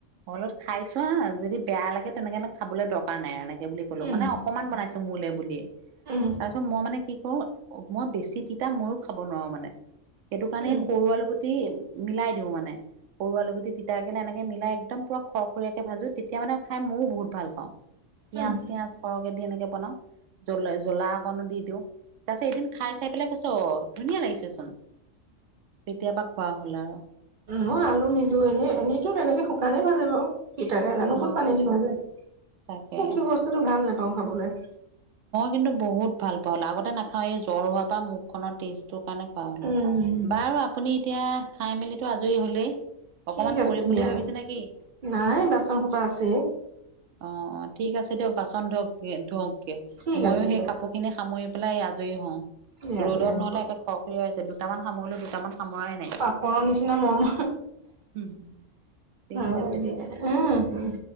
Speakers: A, on the right; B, on the right.
A: অলত খাই চোৱা, যদি বেয়া লাগে তেনেকে খাবলৈ দৰকাৰ নাই। এনেকে বুলি ক'লো,
B: উম
A: মানে অকনমান বনাইছো, মোলে বুলি।
B: উম।
A: তাৰ পিছত, মই মানে কি কৰো মই বেছি তিতা ময়ো খাব নোৱাৰো, মানে সেইটো কাৰণে
B: উম
A: সৰু আলু গুটি টি মিলাই দিওঁ মানে। সৰু আলু গুটি, তিতা কেৰেলা এনেকে মিলাই একদম পুৰা খৰ-খৰীয়াকৈ ভাজো, তেতিয়া মানে খাই ময়ো বহুত ভাল পাওঁ। <inaudible> পিয়াজ-চিয়াজ
B: উম
A: সৰহকে দি এনেকে বনাও, জলা-জ্বলা অকনো দি দিওঁ, তাৰ পিছত এদিন খাই চাই পেলাই কৈছে, অ, ধুনীয়া লাগিছে চোন, তেতিয়াবা পা খোৱা হ'ল আৰু।
B: মই আলু নিদিও, এনেই-এনেইতো তেনেকে শুকানে ভাজে বাৰু। তিতা কেৰেলানো
A: অ
B: ক'ত পানী দি ভাজে,
A: তাকে
B: এই কি বস্তুটো ভাল নাপাওঁ খাবলৈ।
A: কিন্তু বহুত পাও, আগতে নাখাও, এই জ্বৰ হোৱাৰ পৰা মুখ খনৰ টেষ্ট তোৰ কাৰণে খোৱা হ'লো।
B: উম
A: বাৰু, আপুনি এতিয়া খাই-মেলিটো আজৰি হ'লেই। অকমান
B: ঠিক
A: পৰিম
B: আছে দিয়া।
A: বুলি ভাবিছে নেকি
B: নাই, বাচন সোপা আছেই।
A: অ, অ, ঠিক আছে দিয়ক। বাচন ধওক-ধওক গে,
B: ঠিক
A: মই
B: আছে
A: সেই
B: দিয়া
A: কাপোৰ খিনি সামৰি পেলাই আজৰি হওঁ,
B: দিয়া
A: ৰ'দত
B: দিয়া হ'ব
A: নহ'লে একে খৰ-খৰীয়া হৈছে, দুটামান সামৰিলো, দুটামান সামৰাই নাই।
B: পাপৰৰ নিচিনা মম।
A: নাই ঠিক
B: উম।
A: আছে দিয়ক।